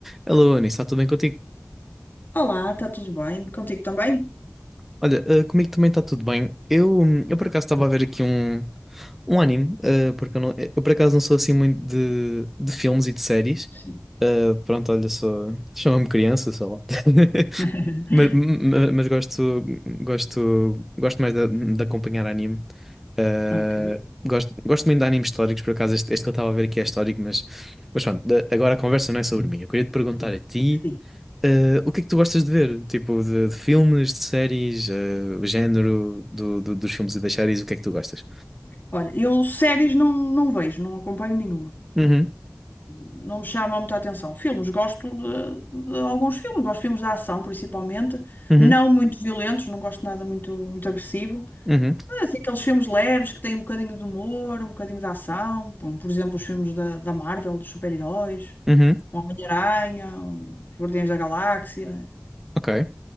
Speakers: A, in the centre; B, on the left.
A: Alô, Anis, está tudo bem contigo?
B: Olá, está tudo bem? Contigo também?
A: Olha, eh, comigo também está tudo bem. Eu, hum, eu por acaso estava a ver aqui um, um anime, eh, porque eu, não- eu por acaso não sou assim muito de, de filmes e de séries.
B: Sim.
A: Eh, pronto, olha, sou, chama-me criança, sei lá. <laughs>
B: <laughs>
A: Mas, mas, mas gosto, gosto, gosto mais de, de acompanhar anime. Eh,
B: Ok.
A: gosto, gosto muito de animes históricos, por acaso este, este que eu estava a ver aqui é histórico, mas, mas pronto, de- agora a conversa não é sobre mim. Eu queria te perguntar a ti.
B: Sim.
A: Eh, o que é que tu gostas de ver? Tipo, de, de filmes, de séries, eh, o género do, do- dos filmes e das séries, o que é que tu gostas?
B: Olha, eu séries não, não vejo, não acompanho nenhuma.
A: Uhum,
B: Não me chama muita atenção. Filmes, gosto de, de alguns filmes, gosto de filmes de ação, principalmente.
A: uhum,
B: Não muito violentos, não gosto de nada muito, muito agressivo.
A: uhum,
B: Mas assim, aqueles filmes leves que têm um bocadinho de humor, um bocadinho de ação. Por por exemplo, os filmes da, da Marvel, dos super-heróis,
A: uhum,
B: o Homem-Aranha, os Guardiões da Galáxia.
A: ok.